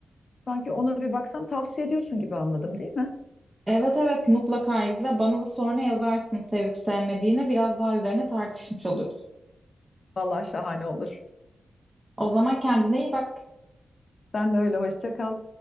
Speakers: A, on the left; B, on the right.
A: Sanki ona bir baksam tavsiye ediyorsun gibi anladım değil mi?
B: evet evet mutlaka izle. Bana da sonra yazarsın sevip sevmediğine. Biraz daha üzerine tartışmış oluruz.
A: Vallahi şahane olur.
B: O zaman kendine iyi bak.
A: Sen de öyle hoşça kal.